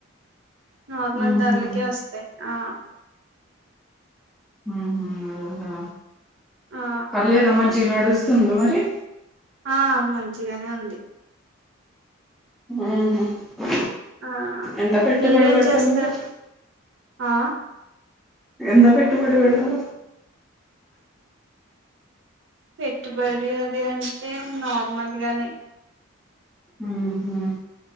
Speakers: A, on the right; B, in the centre.
A: నార్మల్
B: మ్మ్హూ.
A: ధర్లకే వస్తే ఆ
B: హుహు హుహు
A: ఆ
B: పర్లేదా మంచి గ నడుస్తుందా మరి
A: ఆ మంచిగానే ఉంది
B: ఉహు అంత
A: ఆ
B: ఎంత పెట్టుబడి
A: మీరేం
B: పెడుతారు
A: చేస్తారు
B: మీరు
A: ఆ
B: ఎంత పెట్టుబడి పెడతారు
A: పెట్టుబడి అది అంటే నార్మల్గనే
B: ఉ ఉ